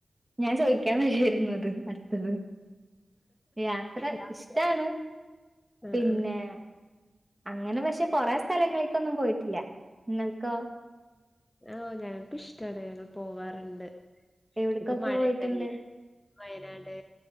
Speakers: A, on the right; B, on the left.
A: ഞാൻ ചോദിക്കാൻ വഴിയായിരുന്നു അത് അടുത്തത് യാത്ര
B: യാത്ര
A: ഇഷ്ടാണ്
B: ആഹ്
A: പിന്നെ
B: ആഹ്
A: അങ്ങനെ പക്ഷെ കൊറെ സ്ഥലങ്ങളേക്കൊന്നും പോയിട്ടില്ല നിങ്ങൾക്കോ
B: ആ ഞങ്ങൾക്ക് ഇഷ്ടണ് ഞങ്ങൾ പോവാാറുണ്ട്
A: എവിടേക്കൊക്കെ
B: ഇപ്പൊ മഴയൊക്കെയിലെ.
A: പോയിട്ടുണ്ട്?
B: വയനാട്